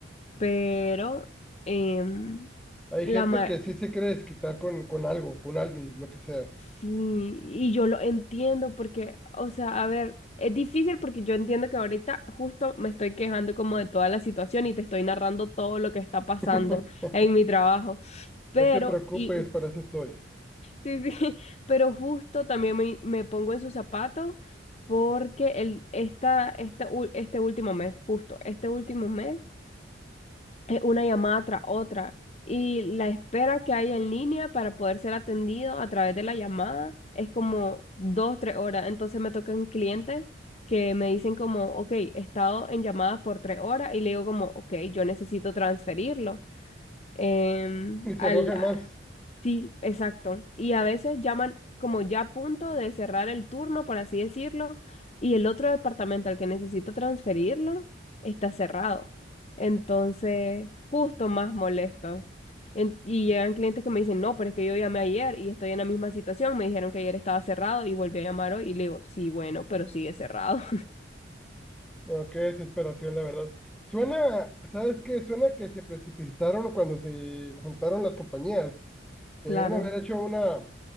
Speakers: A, on the left (about 35°); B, in the centre.
A: Pero em,
B: Hay
A: la
B: gente
A: ma
B: que sí se quiere desquitar con, con algo, con alguien, lo que sea.
A: sí, y yo lo entiendo porque, o sea, a ver, es difícil porque yo entiendo que ahorita justo me estoy quejando como de toda la situación y te estoy narrando todo lo que está pasando
B: <laughs>
A: en mi trabajo. Pero,
B: No te preocupes,
A: y
B: para eso estoy.
A: Sí, sí, <laughs> pero justo también me, me pongo en sus zapatos porque el, esta, esta ul- este último mes, justo este último mes, es una llamada tras otra y la espera que hay en línea para poder ser atendido a través de la llamada es como dos, tres horas. Entonces me tocan clientes que me dicen como, ok, he estado en llamadas por tres horas y le digo como, ok, yo necesito transferirlo. em,
B: Y se
A: al,
B: enojan más.
A: Sí, exacto. Y a veces llaman como ya a punto de cerrar el turno, por así decirlo, y el otro departamento al que necesito transferirlo está cerrado. Entonces, justo más molestos. En- y llegan clientes que me dicen, no, pero es que yo llamé ayer y estoy en la misma situación. Me dijeron que ayer estaba cerrado y volví a llamar hoy y le digo, sí, bueno, pero sigue cerrado. <laughs>
B: No, qué desesperación, la verdad. Suena, ¿sabes qué? Suena que se precipitaron cuando se juntaron las compañías. Debieron
A: Claro,
B: haber hecho una